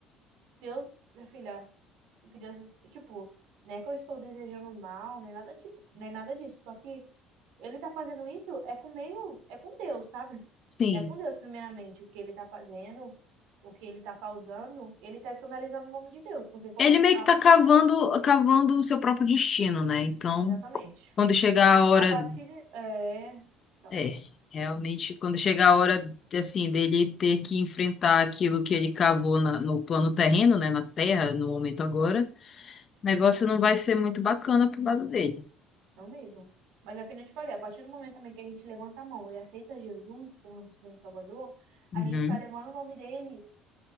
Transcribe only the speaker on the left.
Sim.
Ele
meio que
tá
cavando,
cavando o seu próprio destino, né? Então,
quando chegar a hora
É, realmente, quando chega a hora, assim, dele ter que enfrentar aquilo que ele cavou na- no plano terreno, né, na terra, no momento agora, o negócio não vai ser muito bacana pro lado dele.
Uhum.